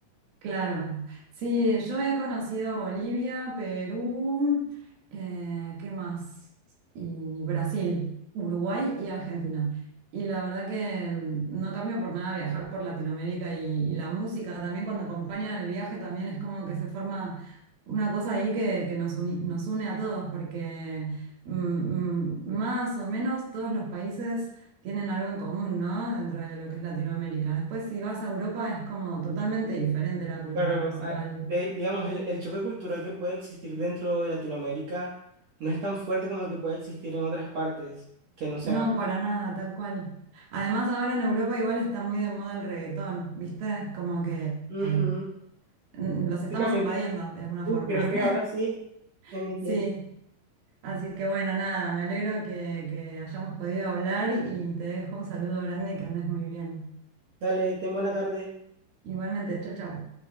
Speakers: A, on the right; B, on the right.
A: Claro, sí, yo he conocido Bolivia, Perú, eh, ¿qué más? Y Brasil, Uruguay y Argentina. Y la verdad que mm, no cambio por nada viajar por Latinoamérica y, y la música también cuando acompaña el viaje también es como que se forma una cosa ahí que, que nos uni- nos une a todos porque mm, mm, más o menos todos los países tienen algo en común, ¿no? Dentro de lo que es Latinoamérica. Después, si vas a Europa, es como totalmente diferente la cultura
B: Claro,
A: musical.
B: a- de- digamos, el, el choque cultural que puede existir dentro de Latinoamérica no es tan fuerte como el que puede existir en otras partes que no sean.
A: No, para nada, tal cual. Además, ahora en Europa igual está muy de moda el reggaetón, ¿viste? Como que eh,
B: Ujú.
A: n- los estamos
B: Prácticamente.
A: invadiendo de alguna
B: Uh,
A: forma.
B: creo que ahora sí,
A: <laughs>
B: en mi
A: Sí,
B: tiempo.
A: así que bueno, nada, me alegro que, que hayamos podido hablar y te dejo un saludo grande y que andes muy bien.
B: Dale, ten buena tarde.
A: Igualmente, chao, chao.